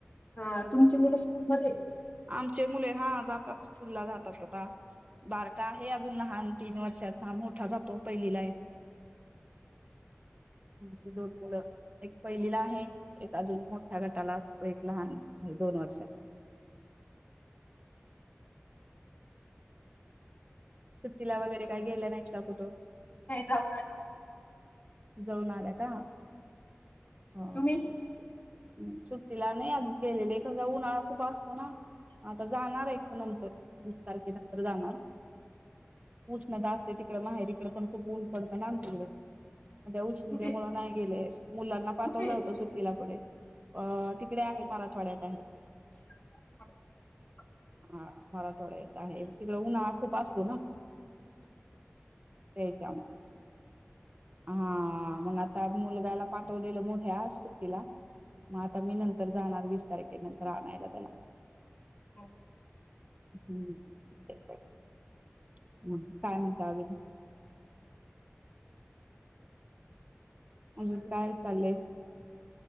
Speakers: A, on the left (about 40°); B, on the right (about 35°).
A: हा तुमची मुलं स्कूलमध्ये
B: आमचे मुले हा जातात स्कूलला जातात अता. बारका आहे अजून लहान तीन वर्षाचा मोठा जातो पहिलीलाय आमचे दोन मुलं एक पहिलीला आहे एक अजून मोठ्या गटाला एक लहान <unintelligible> दोन वर्षाचा सुट्टीला वगैरे काही गेला नाही? आत्ता कुठं?
A: नाय जाऊन आली
B: जाऊन आल्या का <inaudible> अम्म
A: तुम्ही
B: सुट्टीला नाही अजून गेलेले कसा उन्हाळा खूप असतो ना आता जाणारय नंतर वीस तारखे नंतर जाणार उष्णता असते तिकड माहेरीकड पण खूप ऊन पडतं ना आमच्याकड त्या उष्णतेमुळ
A: कुठे
B: नाही गेले मुलांना पाठवलं
A: कुठे
B: होतं सुट्टीला पुढे अ तिकडे आहे मराठवाड्यात <inaudible>
A: <inaudible>
B: हा मराठवाडा येत आहे तिकड उन्हाळा खूप असतो ना तेच्या हा मंग आता मुलगाला पाठवलेलं मोठ्या सुट्टीला म आता मी नंतर जाणार वीस तारखे नंतर आणायाला त्याला <inaudible>
A: हम् <inaudible>
B: हं हं काय म्हणता अजून?
A: कुठे
B: अजून काय चाललेय